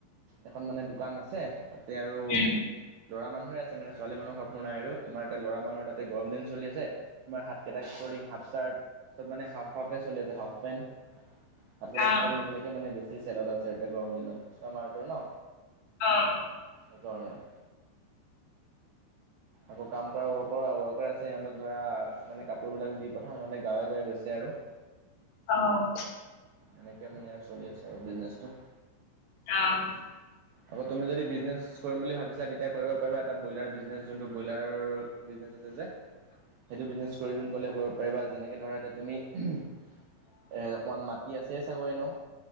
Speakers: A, on the right (about 75°); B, on the left (about 85°).
A: এখন মানে দোকান আছে তাতে আৰু
B: উম
A: ল'ৰা মানুহে আছে মানে ছোৱালী মানুহৰ কাপোৰ নাই আৰু তোমাৰ এতিয়া ল'ৰা মানুহৰ তাতে গৰম দিন চলি আছে তোমাৰ হাত কাটা স্পৰচিং, হাফ চাৰ্ট চব মানে হাফ হাফে চলি আছে হাফ পেণ্ট। হাতকটা
B: অ
A: স্পৰ্টং এইবিলাকে মানে বেছি চেল আছে এতিয়া গৰম দিনত আমাৰ ন।
B: অ'।
A: সেইকাৰণে। আকৌ কাম কৰা ৱৰ্ ৱৰ্কাৰ আছে, সিহঁতক ধৰা মানে কাপোৰ বিলাক দি পঠাওঁ সিহঁতে গাঁৱে গাঁৱে বেছে আৰু।
B: অ'।
A: এনেকে মানে আৰু চলি আছে আৰু বিজনেছটো।
B: অ'।
A: আকৌ তুমি যদি বিজনেছ কৰিম বুলি ভাবিছা তেতিয়া কৰিব পাৰিবা এটা ব্ৰইলাৰ বিজনেছ যোনটো ব্ৰইলাৰৰ বিজনেছ আছে যে সেইটো বিজনেছ কৰিম ক'লে কৰিব পাৰিবা। যেনেকে ধৰা এতিয়া তুমি এ অকমান মাটি আছে চাগৈ ন?